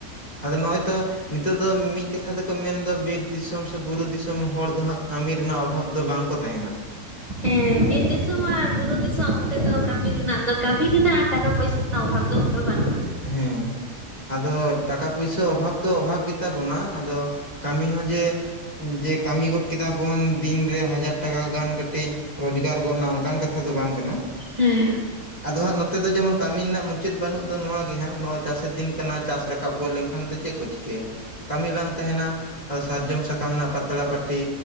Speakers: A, on the left; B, on the right.
A: ᱟᱫᱚ ᱱᱚᱜᱼᱚᱭ ᱛᱚ ᱱᱤᱛᱚᱜ ᱫᱚ ᱢᱤᱫ ᱠᱟᱛᱷᱟ ᱛᱮᱠᱚ ᱢᱮᱱᱫᱚ ᱵᱤᱨ ᱫᱤᱥᱚᱢ ᱥᱮ ᱵᱩᱨᱩ ᱫᱤᱥᱚᱢ ᱦᱚᱲ ᱫᱚ ᱦᱟᱸᱜ ᱠᱟᱹᱢᱤ ᱨᱮᱱᱟᱜ ᱚᱵᱷᱟᱵᱽ ᱫᱚ ᱵᱟᱝ ᱠᱚ ᱛᱟᱦᱮᱱᱟ ᱾
B: ᱦᱮᱸ, ᱵᱤᱨ ᱫᱤᱥᱚᱢ ᱟᱨ ᱵᱩᱨᱩ ᱫᱤᱥᱚᱢ ᱚᱱᱛᱮ ᱫᱚ ᱠᱟᱹᱢᱤ ᱨᱮᱱᱟᱜ ᱫᱚ ᱠᱟᱹᱢᱤ ᱨᱮᱱᱟᱜ ᱴᱟᱠᱟ ᱯᱚᱭᱥᱟ ᱨᱮᱱᱟᱜ ᱚᱵᱷᱟᱵᱽ ᱫᱚ ᱚᱱᱠᱟ ᱵᱟᱱᱩᱜᱼᱟ ᱾
A: ᱦᱩᱸ ᱟᱫᱚ ᱴᱟᱠᱟ ᱯᱩᱭᱥᱟᱹ ᱚᱵᱷᱟᱵᱽ ᱫᱚ ᱚᱵᱷᱟᱵᱷ ᱜᱤᱛ ᱛᱟᱵᱚᱱᱟ, ᱟᱫᱚ ᱠᱟᱢᱤ ᱦᱚᱸ ᱡᱮ ᱡᱮ, ᱠᱟᱢᱤ ᱜᱚᱫ ᱠᱮᱫᱟᱵᱚᱱ ᱫᱤᱱᱨᱮ ᱦᱟᱡᱟᱨ ᱴᱟᱠᱟ ᱜᱟᱱ ᱠᱟᱹᱴᱤᱡ ᱨᱚᱡᱽ ᱜᱟᱨ ᱜᱚᱫ ᱮᱱᱟ ᱚᱱᱠᱟᱱ ᱠᱟ ᱛᱷᱟ ᱫᱚ ᱵᱟᱝ ᱠᱟᱱᱟ
B: ᱦᱮᱸ
A: ᱟᱫᱚ ᱦᱟᱸᱜ ᱱᱚᱛᱮ ᱫᱚ ᱡᱮᱢᱚᱱ ᱠᱟᱢᱤ ᱨᱮᱱᱟᱜ ᱢᱩᱪᱟᱹᱫ ᱵᱟᱹᱱᱩᱜ ᱫᱚ ᱱᱚᱣᱟ ᱱᱤᱛ ᱜᱮ ᱦᱟᱸᱜ ᱱᱚᱜ ᱚᱭ ᱪᱟᱥᱮᱫ ᱫᱤᱱ ᱠᱟᱱᱟ ᱪᱟᱥ ᱨᱟᱠᱟᱵ ᱜᱚᱫ ᱞᱮᱱᱠᱷᱟᱱ ᱫᱚ ᱪᱮᱜ ᱠᱚ ᱪᱤᱠᱟᱹᱭᱟ ᱠᱟᱢᱤ ᱵᱟᱝ ᱛᱟᱦᱮᱱᱟ ᱟᱫᱚ ᱥᱟᱨᱡᱚᱢ ᱥᱟᱠᱟᱢ ᱨᱮᱱᱟᱜ ᱯᱟᱛᱲᱟ ᱯᱟᱴᱤ